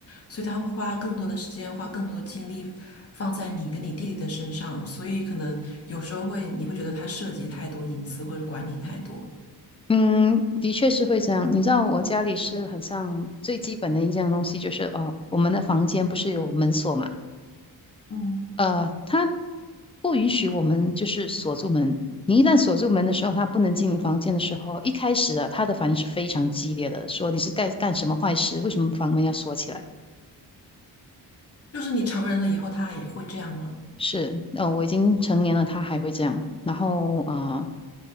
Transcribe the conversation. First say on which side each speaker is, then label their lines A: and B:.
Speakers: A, on the left; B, on the left.
A: 所以他会花更多的时间，花更多的精力放在你跟你弟弟的身上，所以可能有时候会你会觉得他涉及太多隐私或者管理太多。
B: 嗯，的确是会这样。你知道我家里是很像最基本的一件东西，就是哦，我们的房间不是有门锁嘛？
A: 嗯
B: 呃，他不允许我们就是锁住门。你一旦锁住门的时候，他不能进你房间的时候，一开始啊，他的反应是非常激烈的，说你是干干什么坏事？为什么房门要锁起来？
A: 就是你成人了以后，他也会这样吗？
B: 是，呃，我已经成年了，他还会这样。然后啊呃，